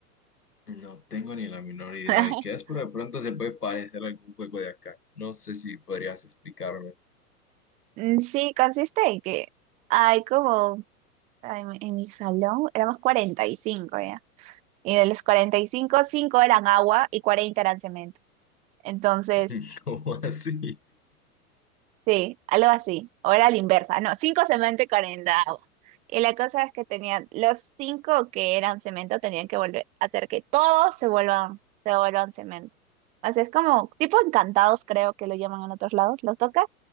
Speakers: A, on the left; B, on the right.
A: No tengo ni la menor idea
B: <laughs>
A: de qué es, pero de pronto se puede parecer a algún juego de acá. No sé si podrías explicarme
B: Mm, Sí, consiste en que hay como en, en mi salón éramos 45 ya. Y de los cuarenta y cinco 5 eran agua y 40 eran cemento. Entonces,
A: <laughs> cómo así.
B: Sí, algo así. O era la inversa. No, cinco cemento y 40 agua. Y la cosa es que tenían, los cinco que eran cemento tenían que volver a hacer que todos se vuelvan, se vuelvan cemento. O sea, es como tipo encantados, creo que lo llaman en otros lados. Los toca